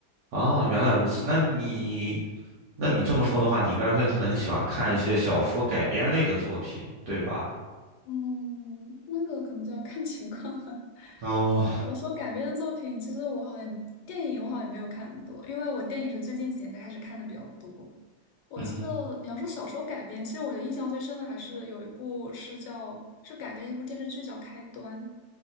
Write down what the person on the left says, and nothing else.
嗯，那个可能就要看情况了。<laughs>
我说改编的作品，其实我好像电影我好像也没有看很多，因为我电影是最近几年才开始看的比较多。我记得你要说小说改编，
其实我觉得印象最深的还是有一部是叫是改编一部电视剧叫《开端》，